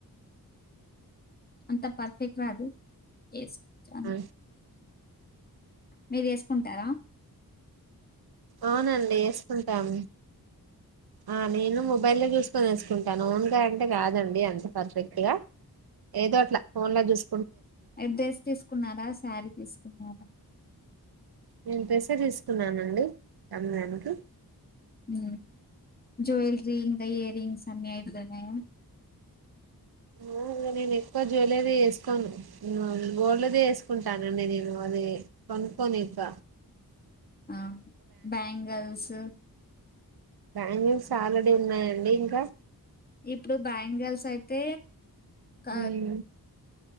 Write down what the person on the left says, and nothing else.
అంత పర్ఫెక్ట్ రాదు ఎస్ అ
మీరు చేసుకుంటారా
ఎడ్రెస్ తీస్కున్నారా శారీ తీస్కున్నారా
మ్ జ్వేల్లెరి ఇయర్రింగ్స్ అన్నీ అయిపోన్నాయా
ఆ బ్యాంగల్సు
ఇప్పుడు బ్యాంగల్స్ అయితే
క